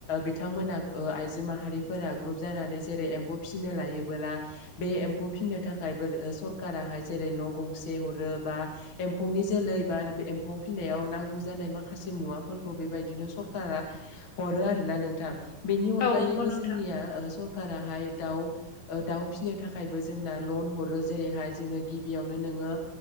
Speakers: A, on the left; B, on the left.
A: बिथांमोना आइजो माहारिफोरा ग्रुप जानानै जेरै एमफौ फिसिनो लायोबोला बे एम्फौ फिसिनो थाखायबो सरखाराहाय जेरै न' गंसे हरो बा एम्फौनि जोलै बा एम्फौ फिसिनायाव नांगौ जानाय माखासे मुवाफोरखौ बेबायदिनो सरखारा हरो आरोना नोंथां बेनि अनगायैबो
B: औ नंगौ नोंथां
A: जोंनिया सरखाराहाय दा दाउ फिसिनो थाखायबो जोंना लन हरो जेरैहाय जोङो गिबियावनो नोङो